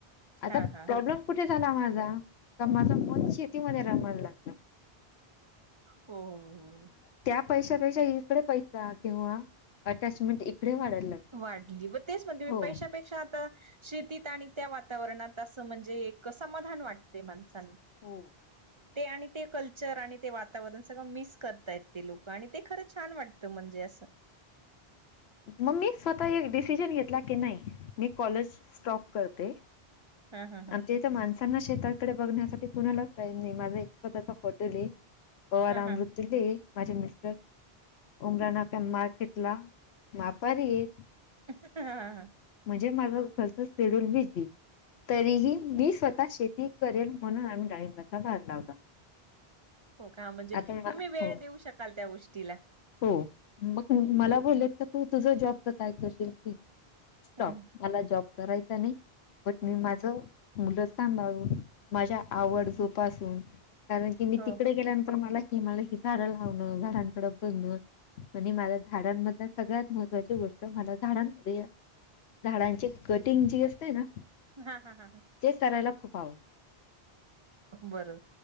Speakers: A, on the left; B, on the right.
A: आता
B: हा हा
A: प्रॉब्लेम कुठे झाला माझा? का माझं मुली - शेतीमध्ये रमायला -
B: होहो.
A: पैसा, पैसा इकडे पैसा तेव्हा अटॅचमेंट इकडे वाढायला लागली.
B: वाढली. म तेच म्हणते मी.
A: हो.
B: पैशापेक्षा आता शेतीत आणि- त्या वातावरणात असं म्हणजे, एक समाधान वाटते माणसांना.
A: हो.
B: ते आणि ते कल्चर आणि ते वातावरण सगळं मिस करतायेत ते लोक. आणि ते खरंच- छान वाटतं म्हणजे असं.
A: मग मी स्वतः एक डिसिजन घेतला. की नाही मी कॉलेज स्टॉप करते-
B: हा हा हा
A: आमच्या इथे माणसांना शेताकडे बघण्यासाठी कुणालाच पा नाही माझा एक स्वतःचचा हॉटेल आहे. बआ
B: हा
A: अमरुद्दुल्ली माझे मिस्टर उमराना. त्या मार्केटला मापारी येत.
B: हा हा.
A: म्हणजे माझ घरस शड्यूल बिझी तरीही मी स्वतः शेती करेल म्हणून आम्ही डाळिंबाचा भाग लावला.
B: हो का म्हणजे
A: आता म
B: तुम्ही वेळ
A: हो
B: देऊ शकाल त्या गोष्टीला
A: हो मग मला बोलत तर तू तुझं जॉबच काय करशील. स्टॉप
B: हम्म
A: मला जॉब करायचा नाही. बट मी
B: हम्म.
A: माझ मुलंथांभाळून माझ्या आवड जोपासून कारण की मी
B: हो
A: तिकडे गेल्यानंतर मला कि मला ही झाडं लावणं घरांकडं बनण. आणि मझला झाडांमधल्या सगळ्यात महत्त्वाची गोष्ट मला झाडांमध्ये. झाडांची कटिंग जी असते ना.
B: हा हा हा हा.
A: ते करायला खूप आवडतं.
B: बरोबर.